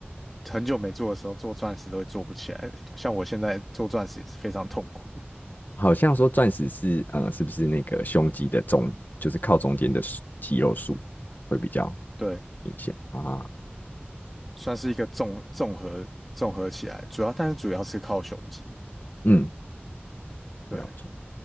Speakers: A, in the centre; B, on the left (about 50°).
A: 很久没做的时候，做钻石都会做不起来，像我现在做钻石也是非常痛苦。
B: 好像说钻石是呃，是不是那个胸肌的中，就是靠中间的数肌肉束会比较
A: 对，
B: 明显啊？
A: 算是一个综综合综合起来，主要但是主要是靠胸肌。
B: 嗯，
A: 对，
B: 了解，